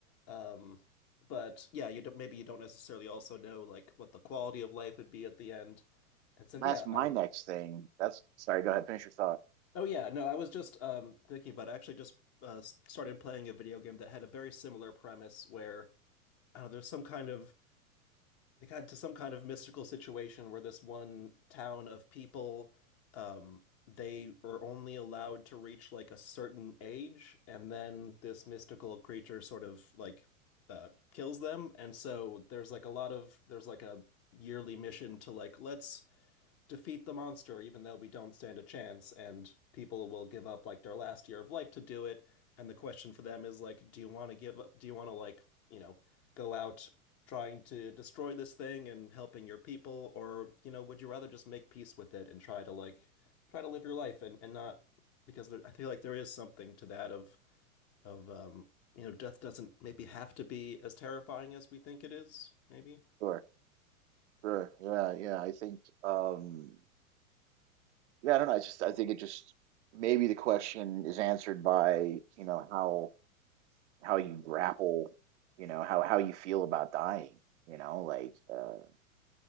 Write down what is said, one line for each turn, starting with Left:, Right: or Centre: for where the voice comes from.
Left: Um, but yeah, you don't, maybe you don't necessarily also know like what the quality of life would be at the end. And so yeah,
Right: that's my
Left: um,
Right: next thing that's sorry go ahead finish your thought
Left: Oh yeah, no, I was just um, thinking about it. I actually just uh, s- started playing a video game that had a very similar premise where I don't know, there's some kind of they got into some kind of mystical situation where this one town of people um, they are only allowed to reach like a certain age, and then this mystical creature sort of like uh, kills them, and so there's like a lot of there's like a yearly mission to like let's defeat the monster, even though we don't stand a chance, and people will give up like their last year of life to do it. And the question for them is like, do you want to give up? Do you want to like, you know, go out trying to destroy this thing and helping your people, or you know, would you rather just make peace with it and try to like try to live your life and and not because there, I feel like there is something to that of of um you know, death doesn't maybe have to be as terrifying as we think it is, maybe.
Right: sure sure yeah yeah i think um yeah i don't know i just i think it just maybe the question is answered by you know how how you grapple you know how how you feel about dying you know like uh